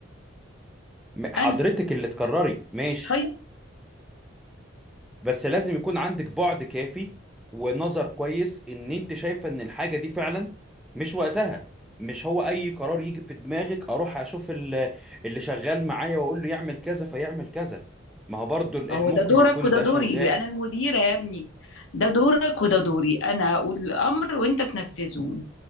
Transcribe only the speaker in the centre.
م- حضرتك
اللي تكرري ماشي
بس لازم يكون عندك بعد كافي ونظر كويس ان انت شايفه ان الحاجه دي فعلا مش وقتها مش هو اي قرار يجي في دماغك اروح اشوف ال- اللي شغال معايا واقول له يعمل كذا فيعمل كذا ما هو برضو ال-
ممكن
يكون
ده
شغال